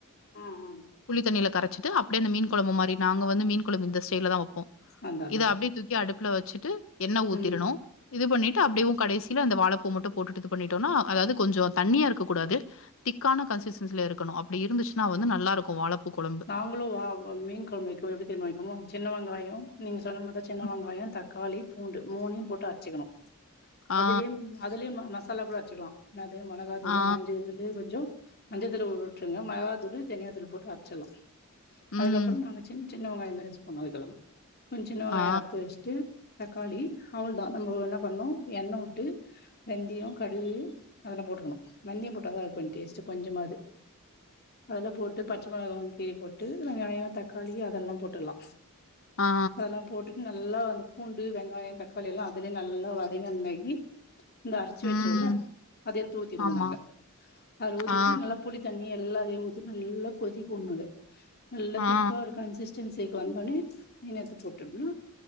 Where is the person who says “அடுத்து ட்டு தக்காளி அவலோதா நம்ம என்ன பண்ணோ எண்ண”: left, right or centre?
Left